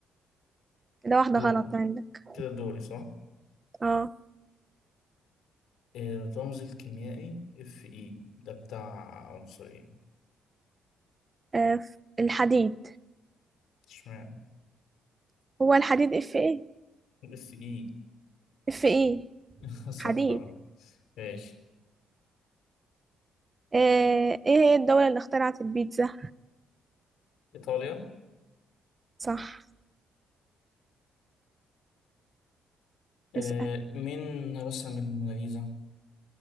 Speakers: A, on the right (about 25°); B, on the left (about 80°).
A: كده واحدة
B: دول
A: غلط عندك
B: كده دوري صح؟
A: اه
B: الرمز الكيميائي اف اي ده بتاع عنصرين
A: آه، ف- الحديد
B: اشمعنى
A: هو الحديد اف ايه
B: اف اي
A: اف ايه
B: <laughs>
A: حديد
B: صح أهو. ماشي
A: آه، ايه هي الدولة اللي اخترعت البيتزا
B: ايطاليا
A: صح
B: آه،
A: اسأل
B: مين رسم الموناليزا